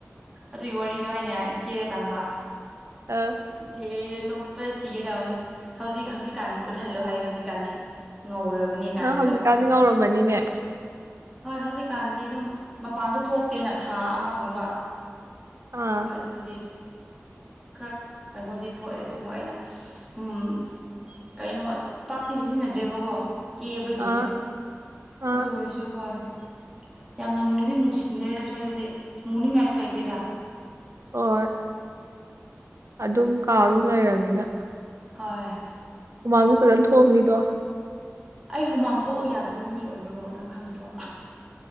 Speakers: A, in the centre; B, on the right (about 85°).
A: ꯑꯗꯨꯒꯤ ꯋꯥꯔꯤꯗꯣ ꯑꯩꯅ ꯏꯆꯦꯗ ꯇꯝꯕ
B: ꯑꯥ
A: ꯏꯆꯦ ꯅꯣꯛꯄꯗ ꯁꯤꯒꯦ ꯇꯅꯦ ꯍꯧꯖꯤꯛ ꯍꯧꯖꯤꯛꯀꯥꯟ ꯎꯠꯍꯜꯂꯣ ꯍꯥꯏꯌꯦ ꯍꯧꯖꯤꯛꯀꯥꯟꯗꯤ ꯉꯧꯔꯕꯅꯤ ꯀꯥꯏꯅ
B: ꯅꯪ ꯍꯧꯖꯤꯛꯀꯥꯟꯗꯤ
A: ꯇꯧꯕꯅꯤ
B: ꯉꯧꯔꯝꯃꯅꯤꯅꯦ
A: ꯍꯣꯏ ꯍꯧꯖꯤꯛꯀꯥꯟꯗꯤ ꯑꯗꯨꯝ ꯃꯄꯥꯟꯁꯨ ꯊꯣꯛꯇꯦꯅ ꯊꯥ ꯑꯃꯒꯨꯝꯕ
B: ꯑꯥ
A: ꯍꯣꯏ ꯑꯗꯨꯕꯨ ꯈꯔ ꯀꯩꯅꯣꯗꯤ ꯊꯣꯛꯑꯦ ꯑꯗꯨꯕꯨ ꯑꯩꯅ ꯎꯝ ꯀꯩꯅꯣ ꯄꯥꯛꯇꯤ ꯁꯤꯖꯤꯟꯅꯗ꯭ꯔꯦꯕꯀꯣ ꯀꯦꯕꯒꯤꯁꯦ
B: ꯑꯥ ꯑꯥ
A: ꯑꯗꯨ ꯑꯣꯏꯔꯁꯨ ꯍꯣꯏ ꯌꯥꯝꯅ ꯃꯨꯗꯤ ꯃꯨꯁꯤꯟꯗ꯭ꯔꯦꯗ ꯁ꯭ꯋꯥꯏꯗꯗꯤ ꯃꯨꯅꯤꯡꯉꯥꯏꯁꯨ ꯂꯩꯇꯦꯗ
B: ꯍꯣꯏ ꯑꯗꯨꯝ ꯀꯥꯎꯗꯨ ꯂꯩꯔꯕꯅꯤꯅ
A: ꯍꯣꯏ
B: ꯃꯃꯥꯡꯒꯤ ꯐꯖꯅ ꯊꯣꯛꯑꯕꯅꯤꯗꯣ
A: ꯑꯩ ꯍꯨꯃꯥꯡ ꯊꯣꯛꯑꯣ ꯌꯥꯗꯕ ꯃꯤ ꯑꯣꯏꯕ꯭ꯔꯣ ꯅꯪ ꯈꯪꯗ꯭ꯔꯣ